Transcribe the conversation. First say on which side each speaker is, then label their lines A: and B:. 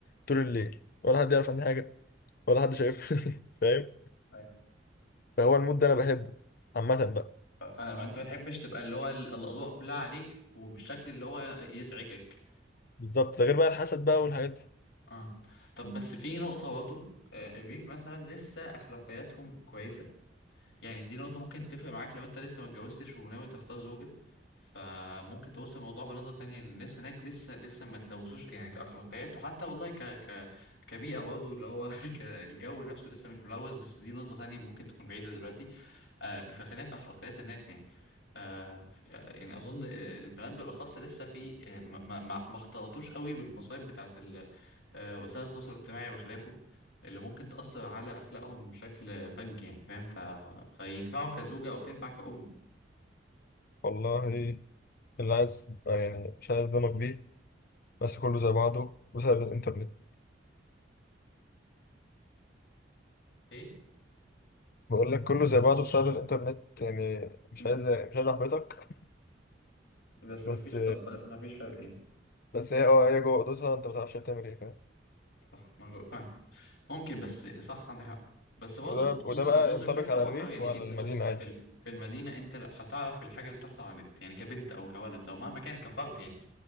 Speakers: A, on the left; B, on the left.
A: طول الليل ولا حد يعرف عني حاجه ولا حد شايفني <laughs> فاهم
B: أيوة.
A: فهو المود ده انا بحبه عامه بقى
B: ف- فما انت ما تحبش تبقى اللي هو ال- الاضواء كلها عليك وبالشكل اللي هو يزعجك
A: بالظبط ده غير بقى الحسد بقى والحاجات دي
B: اه طب بس في نقطة برضه آه، الريف مثلا لسه اخلاقياتهم كويسة يعني دي نقطة ممكن تفرق معاك لو انت لسه ما اتجوزتش وناوي تختار زوجة فممكن توصل الموضوع بنظرة تانية ان الناس هناك لسه لسه ما تلوثوش يعني كأخلاقيات وحتى والله ك ك كبيئة برضه اللي هو <laughs> ك- الجو نفسه لسه مش ملوث بس دي نقطة تانية ممكن تكون بعيدة دلوقتي آه فخلينا في أخلاقيات الناس يعني آه ف- يعني أظن آه، البنات بالأخص لسه في آه، ما ما ما- ما اختلطوش قوي بالمصايب بتاعت ال- آه، وسائل التواصل الاجتماعي وخلافه اللي ممكن تأثر على أخلاقهم بشكل فج يعني فاهم ف... فينفعوا كزوجة أو تنفع كأم
A: والله اللي عايز آه، يعني مش عايز اصدمك بيه بس كله زي بعضه بسبب الانترنت
B: إيه؟
A: بقول لك كله زي بعضه بسبب الانترنت يعني مش
B: امم
A: عايز مش عايز احبطك
B: بس
A: بس
B: مفيش طب مفيش فرقين
A: بس هي اه هي جوه اوضتها انت ما تعرفش هتعمل ايه فاهم
B: صح ما جو- فعلا ممكن بس صح عندك حق بس برضه
A: وده
B: أظن
A: وده بقى
B: أظن
A: ينطبق
B: بشكل أو
A: على
B: بآخر
A: الريف
B: يعني
A: وعلى
B: أنت
A: المدينة
B: بص في
A: عادي
B: الف- في المدينة أنت لا هتعرف الحاجة اللي بتحصل على النت يعني كبنت أو كولد أو مهما كان كفرد يعني